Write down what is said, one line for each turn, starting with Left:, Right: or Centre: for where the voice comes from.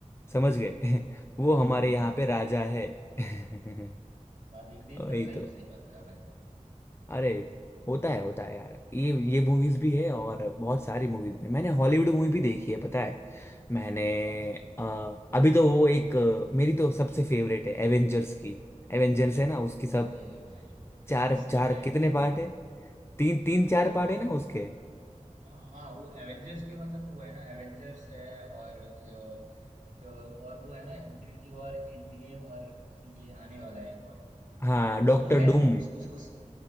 Left: समझ गए <laughs>
Right: वही
Left: वो हमारे
Right: वही
Left: यहाँ पे
Right: वही
Left: राजा है <laughs>
Right: बात एक एकदम
Left: वही
Right: सही
Left: तो
Right: सही बात कहा भाई
Left: अरे होता है होता है यार ये ये मूवीज भी है
Right: हुँ,
Left: और बहुत सारी मूवीज में मैंने हॉलीवुड मूवी भी देखी है पता है मैंने
Right: कौन-सी?
Left: अ, अभी तो वो एक अ, मेरी तो सबसे फेवरेट है एवेंजर्स की एवेंजर्स है ना उसकी सब
Right: अरे भाई वो
Left: चार
Right: तो उसके
Left: चार
Right: क्या ही
Left: कितने
Right: कहने
Left: पार्ट
Right: हैं।
Left: है तीन तीन चार
Right: ये तो
Left: पार्ट
Right: मतलब
Left: है ना उसके
Right: ह हाँ, वो एवेंजर्स के मतलब वो है ना एवेंजर्स है और अ, क और वो है ना इन्फिनिटी वॉर, एंड गेम और अभी ये आने वाला है एक और।
Left: हाँ डॉक्टर
Right: वो है
Left: डूम
Right: लेकिन उस उस उस